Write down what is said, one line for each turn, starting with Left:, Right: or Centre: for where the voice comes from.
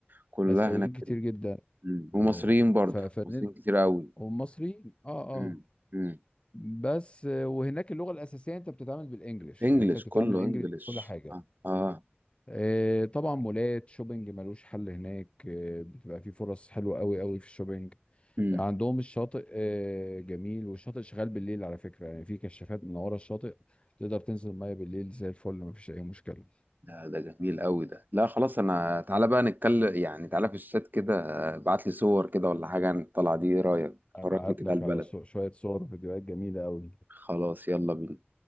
Right: كلها
Left: آسيويين
Right: هناك
Left: كتير
Right: كده
Left: جدا
Right: مم. ومصريين
Left: آه،
Right: برضو
Left: ف- فن-
Right: مصريين كتير قوي
Left: ومصري اه
Right: امم
Left: اه
Right: امم
Left: بس آه، وهناك اللغه الاساسيه انت بتتعامل بالانجلش
Right: انجلش
Left: يعني انت بتتعامل
Right: كله
Left: انجلش
Right: انجلش
Left: في كل حاجه
Right: اه اه
Left: آه طبعا مولات شوبينج ملوش حل هناك آه بتبقى في فرص حلوه قوي قوي في الشوبينج
Right: امم
Left: عندهم الشاطئ آه جميل والشاطئ شغال بالليل على فكره يعني في كشافات من ورا الشاطئ تقدر تنزل ميه بالليل زي الفل مفيش اي مشكله
Right: ده ده جميل قوي ده لا خلاص انا تعالى بقى نتكلم يعني تعالى في الشات كده ابعت لي صور كده ولا حاجه عن الطلعه دي إيه رايك
Left: ابعت
Right: فرجني كده
Left: لك
Right: على البلد
Left: على صو- شويه صور فيديوهات جميله قوي
Right: خلاص يلا بينا